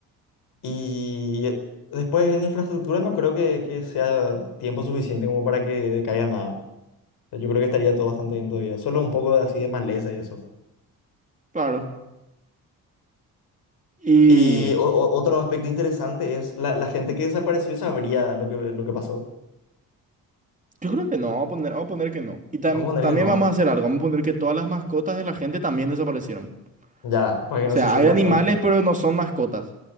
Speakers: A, on the left (about 75°); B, on the right (about 20°).
A: Y después en infraestructura no creo que, que sea tiempo suficiente como para que decaiga nada. O sea, Yo creo que estaría todo bastante bien todavía, solo un poco de así de maleza y eso.
B: Claro. Y
A: Y o- o- otro aspecto interesante es la, la gente que desapareció sabría lo que, lo que pasó.
B: yo creo que no, vamos a poner, vamos a poner que no. Y tam-
A: Vamos a poner
B: también
A: que no.
B: vamos a hacer algo, vamos a poner que todas las mascotas de la gente también desaparecieron.
A: Ya, para
B: O
A: que no
B: sea,
A: se sientan
B: hay animales,
A: solas tampoco.
B: pero no son mascotas.